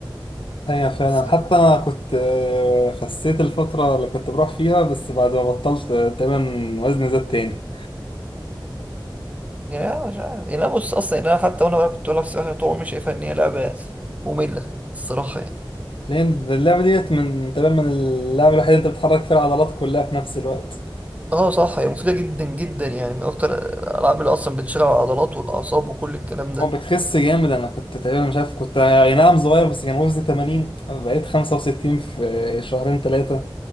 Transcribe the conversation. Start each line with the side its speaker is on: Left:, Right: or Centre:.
Left: هي فعلا
Right: بس-
Left: حتى انا كنت آه، خسيت الفترة اللي كنت بروح فيها بس بعد ما بطلت آه، تقريبا وزني زاد تاني
Right: يعني انا مش عارف يعني انا بص اصلا يعني انا حتى وانا بقى كنت بلعب سباحة طول عمري شايفها ان هي لعبة مملة الصراحة يعني
Left: لان اللعبة ديت من تقريبا من اللعبة الوحيدة اللي انت بتحرك فيها العضلات كلها في نفس الوقت
Right: اه صح هي مفيدة جدا جدا يعني من اكتر الالعاب اللي اصلا بتشغل العضلات والاعصاب وكل الكلام ده
Left: هو بتخس جامد انا كنت تقريبا مش عارف كنت اي نعم صغير بس كان وزني 80 بقيت 65 في شهرين ثلاثة